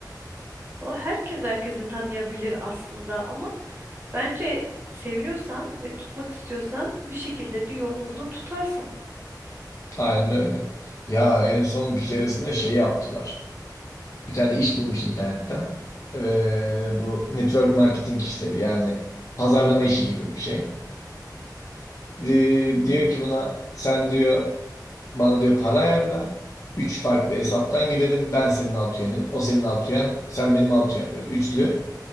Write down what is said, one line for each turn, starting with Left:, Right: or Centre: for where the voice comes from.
Right: O herkes herkese tanıyabilir aslında ama bence seviyorsan ve tutmak istiyorsan bir şekilde bir yolunu bulur tutarsın.
Left: Aynen öyle. Ya en son bir keresinde şey yaptılar. Bir tane iş bulmuş internetten. Ee, bu network marketing işleri yani pazarlama işi gibi bir şey. Ee, diyor ki buna sen diyor bana diyor para ayarla. Üç farklı hesaptan girelim. Ben senin alt üyenim. O senin alt üyen. Sen benim alt üyen. Böyle üçlü.